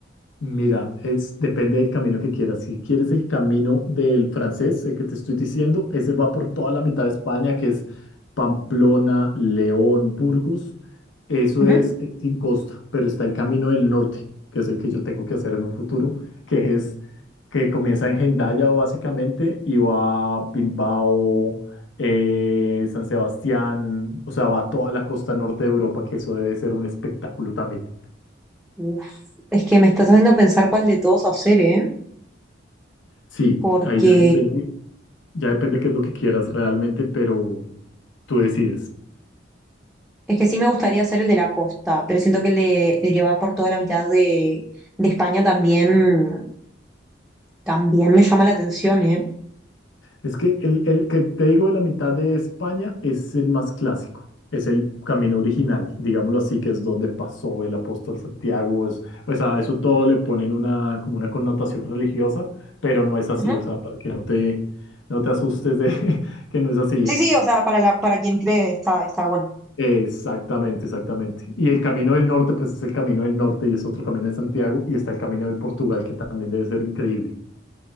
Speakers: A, on the left (about 70°); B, in the centre.
A: Mira, es, depende del camino que quieras. Si quieres el camino del francés, el que te estoy diciendo, ese va por toda la mitad de España, que es Pamplona, León, Burgos. Eso
B: Ujú.
A: es eh, sin costa, pero está el camino del norte, que es el que yo tengo que hacer en un futuro, que es que comienza en Hendaya básicamente y va a Bilbao, eh, San Sebastián, o sea, va a toda la costa norte de Europa, que eso debe ser un espectáculo también.
B: Uf, es que me estás haciendo pensar cuál de todos hacer, ¿eh?
A: Sí,
B: Porque
A: ahí ya depende. Ya depende qué es lo que quieras realmente, pero tú decides.
B: es que sí me gustaría hacer el de la costa, pero siento que el de el que va por toda la mitad de, de España también, también me llama la atención, ¿eh?
A: Es que el, el que te digo de la mitad de España es el más clásico, es el camino original, digámoslo así, que es donde pasó el apóstol Santiago. es- o sea, eso todo le ponen una, como una connotación religiosa, pero no es así,
B: Ujú.
A: o sea, para que no te, no te asustes de <laughs> que no es así.
B: Sí, sí, o sea, para la, para quien cree está, está bueno.
A: Exactamente, exactamente. Y el camino del norte, pues es el camino del norte y es otro camino de Santiago y está el camino de Portugal, que también debe ser increíble.